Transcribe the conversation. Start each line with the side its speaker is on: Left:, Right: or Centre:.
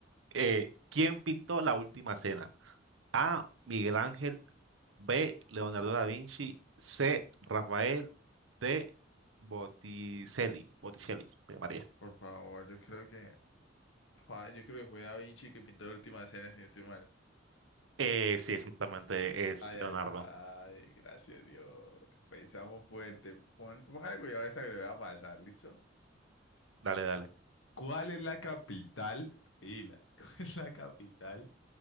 Right: Eh, ¿quién pintó la última cena? A. Miguel Ángel. B. Leonardo da Vinci. C. Rafael. D. Botticelli. Botticelli, María.
Left: Por favor, yo creo que. Ah, yo creo que fue Da Vinci que pintó la última cena, si no estoy mal.
Right: Eh, sí, exactamente, es
Left: Ay, ay,
Right: Leonardo.
Left: ay, gracias Dios. Pensamos fuerte. Pon, póngale cuidado a esta que le voy a pasar, ¿listo?
Right: Dale, dale.
Left: ¿Cuál es la capital? Pilas, <laughs> ¿cuál es la capital